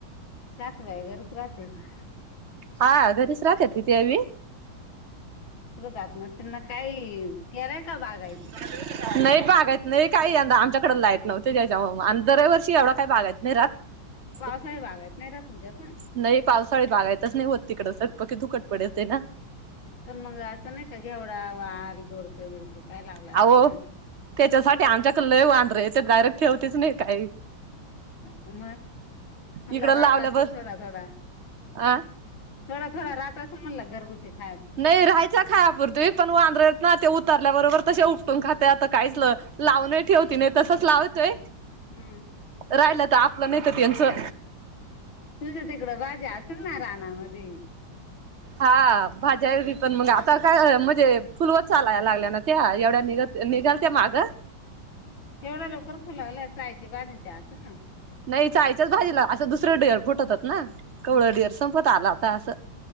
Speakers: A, on the left; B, on the right.
A: तास व आहे घरच राहते का
B: हा घरीच राहत तिथी आम्ही
A: जात नस ना काही तरय का बागा
B: हम् नाही बागायत नाही काही यंदा आमच्याकडें लायत नव्हते त्याच्या दर्या वर्षी एवढं काय बागायत नाही राात ह
A: पावसाळी भागायत नाही रा तुमच्यात
B: नाही पावसाळी बागायच नाही होत तिकडं सग पक्की दुकट पडेच ना
A: पण मग असं नाही का घ एवढा वाल गोडकं बडकं काय लावलं असेल
B: अहो
A: ना
B: त्याच्यासाठी आमच्याकडे लय वांद्रे आहे ते डायरेक्ट ठेवतीच नाही काही
A: मग म्हणला
B: इकडं
A: राहात
B: लावल्यावर
A: असेल थोडा थोडा
B: अ
A: थोडा थोडा राता समनला घरगुती खा
B: नाही राहायच खायापूर्वी पण वांद्रेत ना ते उतारल्याबरोबर तसे उपटून खाते आता काहीच ल लावून ठेवती नाही तसंच लावतोय
A: हम्म
B: राहिलं तर आपलं नाहीत त्यांचं
A: तुझ्या तिकडं वाज्या असेल ना रानामध्येध
B: हा भाज्यारी पण मग आता काय म्हणजे फुलवत चालायला लागल्या ना त्या एवढ्या निघत निघाल त्या मागं
A: एवढा लवकर फुलावला चायची बाजिं त्या्या असं ना
B: नाही चाळीच्याच भाजी ला असं दुसरं डेअर फुटत होात ना कवळं
A: हम्म
B: ढिअर संपत आला होता असं